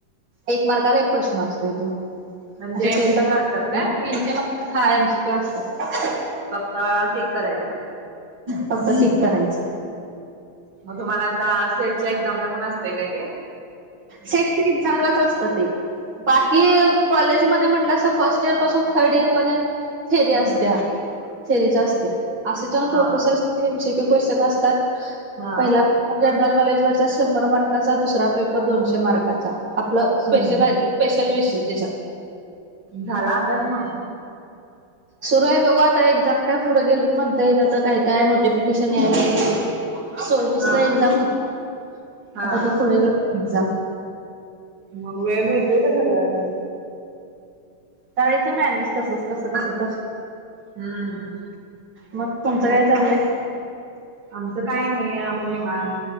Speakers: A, on the right; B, on the right.
A: एक मार्काला एक प्रश्न असतोय त्यो
B: म्हणजे
A: असे
B: एमसीक्यू
A: तीन तास
B: असतात
A: <unintelligible>
B: काय
A: हा एम सी क्यू असतात.
B: फक्त टिक करायचा
A: फक्त टीक करायचं
B: म तुम्हाला आता सेट च्या एक्झामला पण असतंय काय ते
A: सेट एक्झामलाच असतं ते. बाकी कॉलेजमध्ये म्हणलासा फर्स्ट इयर पासून थर्ड इयर पर्यंत थेरी असत्या
B: हम्म
A: थेरीच असते असेच्यान प्रोफेसरसाठी
B: हा
A: एम सी क्यू क्वेश्चन असतात.
B: हा
A: पहिला पेपर जनरल नॉलेजवरचा शंभर मार्काचा दुसरा पेपर दोनशे मार्काचा. आपलं स्पेशलाय
B: हम्म
A: स्पेशल विषय त्याच्यात
B: झाला अभ्यास म
A: सुरू हाय बघू आता एक्झाम काय पुढ गेलीत म्हणतायेे त्यांच काय काय नोटिफिकेशन याय लागलंय बघू. सव्वीस
B: हा
A: ला एक्झाम होत
B: हा
A: आता ती पुढे गेल एक्झाम.
B: मग वेळ माहतीय का सगळ्यात म
A: करायचं मॅनेज तसंच कसं कसं तर
B: हम्म
A: मग तुमचं काय
B: मग
A: चाललंय?
B: आमचं काय नाही आम्ही निवांत